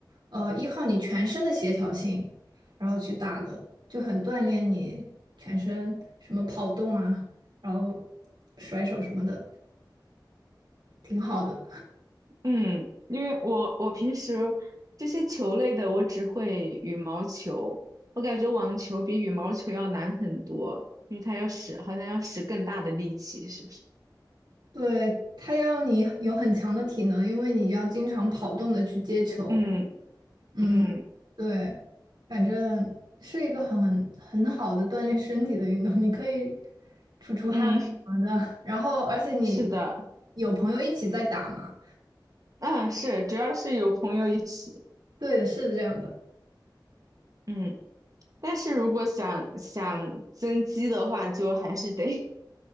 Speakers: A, on the right (about 70°); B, on the right (about 45°).
A: 呃依靠你全身的协调性，然后去打的，就很锻炼你全身什么跑动啊，然后甩手什么的，挺好的。
B: 嗯，因为我我平时这些球类的，我只会羽毛球，我感觉网球比羽毛球要难很多，因为它要使好像要使更大的力气，是不是？
A: 对，他要你有很强的体能，因为你要经常跑动的去接球。
B: 嗯
A: 嗯，
B: 嗯
A: 对，反正是一个很很好的锻炼身体的运动，你可以出出汗什么的。
B: 嗯，
A: 然后，而且你
B: <laughs> 是的，
A: 有朋友一起在打嘛？
B: 嗯是，主要是有朋友一起，
A: 对的，是这样的。
B: 嗯。但是如果想想增肌的话，就还是得